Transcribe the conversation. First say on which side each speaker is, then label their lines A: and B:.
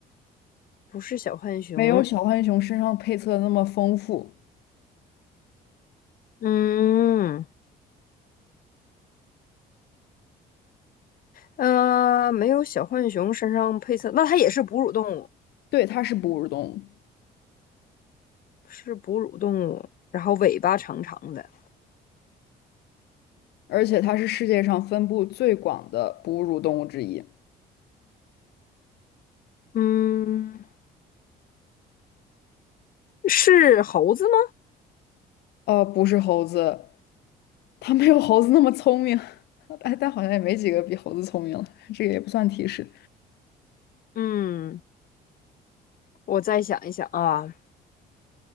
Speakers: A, on the left; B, on the left.
A: 不是小浣熊。
B: 没有小浣熊身上配色的那么丰富。
A: 嗯，呃，没有小浣熊身上配色，那它也是哺乳动物，
B: 对，它是哺乳动物，
A: 是哺乳动物，然后尾巴长长的。
B: 而且它是世界上分布最广的哺乳动物之一。
A: 嗯，是猴子吗？
B: 呃，不是猴子，它没有猴子那么聪明，<laughs> 但但好像也没几个比猴子聪明了，这个也不算提示。
A: 嗯，我再想一想啊，